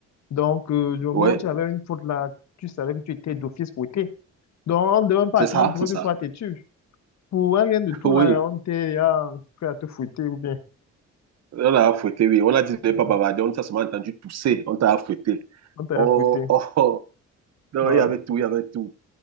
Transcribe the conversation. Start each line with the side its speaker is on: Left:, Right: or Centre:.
Left: Donc, euh, du moment
Right: ouais,
Left: où tu avais une faute là, tu savais que tu étais d'office fouetté. Donc, on ne devait même pas
Right: c'est
Left: attendre
Right: ça,
Left: pour
Right: c'est
Left: que
Right: ça.
Left: tu sois têtu. Pour un rien de
Right: <laughs>
Left: tout
Right: Oui,
Left: là, on était là, prêt à te fouetter ou bien.
Right: on a fouetté, oui. On a dit de ne
Left: euh,
Right: pas bavarder. On t'a seulement entendu tousser. On t'a fouetté.
Left: On t'a
Right: Oh,
Left: bien fouetté.
Right: oh, oh. Non,
Left: Ouais,
Right: il y avait tout, il y avait tout.